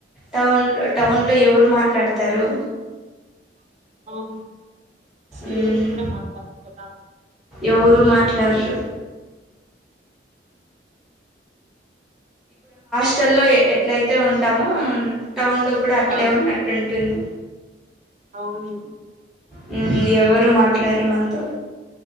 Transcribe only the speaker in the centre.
టౌన్ లో టౌన్ లో ఎవరు మాట్లాడతారు
మ్మ్
ఎవరు మాట్లరు స్టల్లో ఎట్లయితే ఉంటామో టౌన్ లో కూడా అట్లే
ఉన్నట్టుంటుంది
హు ఎవరు మాట్లాడరు మనతో